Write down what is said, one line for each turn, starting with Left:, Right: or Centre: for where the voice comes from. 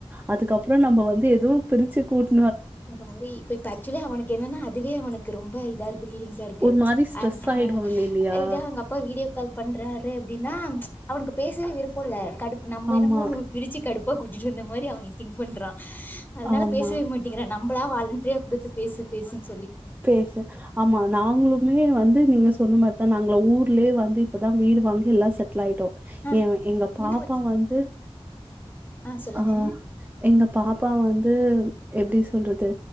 Right: அதுக்கப்றோ நம்ம வந்து எது பிரிச்சு கூட்
Left: அத மாரி இப்ப இப்ப ஆக்சுவலி அவனுக்கு என்னனா அதுவே அவனுக் கு ரொம்ப இதா இருக் கு ஃபீலிங்சா இருக்கு
Right: ஒரு மாரி ஸ்ட்ரெஸ்
Left: அமா
Right: ஆயிடுவாங்க இல்லையா
Left: இதா அவங்க அப்பா வீடியோ கால் பண்றாரு அப்டின்னா அவனுக்கு பேசவே விருப்போ இல்ல கடுப் நம்ம
Right: ஆமா,
Left: என்னமோ பிரிச்சு கடுப் பா கூட்டிட்டு வந்த மாரி அவ திங்க் பண்றா அதனால
Right: ஆமா.
Left: பேசவே மாட் நம் லா வாலண்ட்ரியா குடுத்து பேசு பேசுன்
Right: பேசு ஆமா நாங்க்ளுமே வந்து நீங்க சொன்ன மா த நாங்களா ஊர்லயே வந்து இப்பதா வீடு வாங்கி எல்லா செட் டுல் ஆய்டோ
Left: ஆ
Right: எ எங்க
Left: நின்னு
Right: பாப்பா
Left: போச்சு
Right: வந்து
Left: ஆ சொல்லுங்க
Right: ஆஹ் எங்க பாப்பா வந்து எப்டிச் சொல்றது